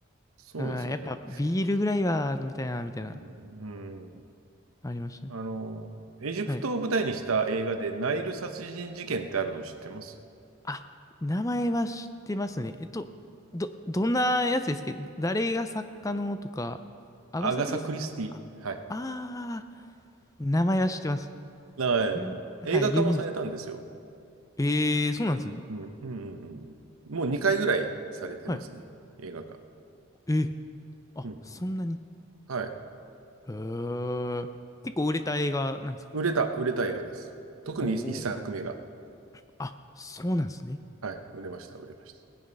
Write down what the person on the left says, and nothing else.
うん、やっぱビールぐらいは飲みたいな、みたいな、
ありましたね。
はい。あ、名前は知ってますね。えっと、ど、どんなやつですけど、誰が作家のとか、アガサ・
クリスティ
あ名前は知ってます。
有はい、
有名ですね。ええー、そうなんですね。
はい。
えー、あ、
そんなに。
へえ。結構売れた映画なんですか
おおー。あ、そうなんですね。